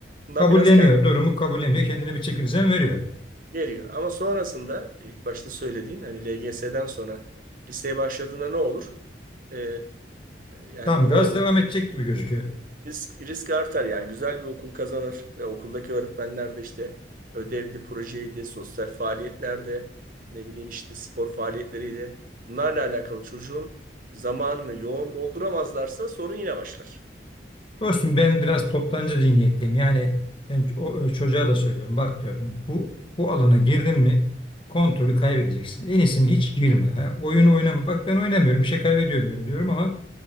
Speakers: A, on the right (about 50°); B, on the left (about 30°).
A: Bundan
B: Kabulleniyor,
A: biraz kendini
B: durumu kabulleniyor, kendine bir çekirdeğin veriyor.
A: geriyor. Ama sonrasında e, ilk başta söylediğin hani LGS'den sonra liseye başladığında ne olur? Ee, yani
B: Tam gaz
A: ne olur?
B: devam edecek gibi gözüküyor.
A: Risk, risk artar yani güzel bir okul kazanır ve okuldaki öğretmenler de işte ödevdi, projeydi, sosyal faaliyetlerde ne bileyim işte spor faaliyetleriydi. Bunlarla alakalı çocuğun zamanını yoğun dolduramazlarsa sorun yine başlar.
B: Dostum ben biraz toptancı zihniyetteyim. Yani ben ç- o, o çocuğa da söylüyorum. Bak diyorum bu bu alana girdin mi kontrolü kaybedeceksin. En iyisi mi hiç girme. Ha? Oyun oynama. Bak ben oynamıyorum bir şey kaybediyor muyum diyorum ama